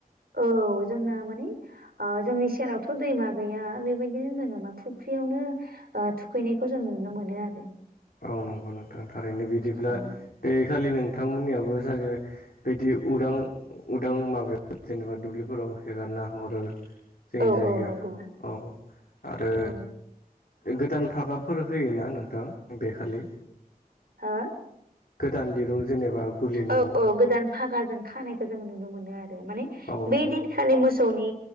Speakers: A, on the right; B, on the left.
A: औ जोंना माने ओ जोंनि सेरावथ' दैमा गैया बेबायदिनो जोङो मा फुख्रियावनो ओ थुखैनायखौ जों नुनो मोनो आरो
B: औ नंगौ नोंथां थारैनो बिदिब्ला
A: औ
B: बे खालि नोंथांमोननियाबो सागे बिदि उदां उदां माबायाव जेनेबा दुब्लिफोराव हेगारना हरो जोंनि
A: औ
B: जायगायाव
A: औ नंगौ
B: औ आरो
A: औ
B: गोदान फागाफोर होयोना नोंथां बेखालि
A: हो
B: गोदान दिरुं जेनेबा गुलि न'आव
A: औ औ गोदान फागाजों खानायखौ जों नुनो मोनो आरो माने
B: औ
A: बै
B: न
A: दिन खालि मोसौनि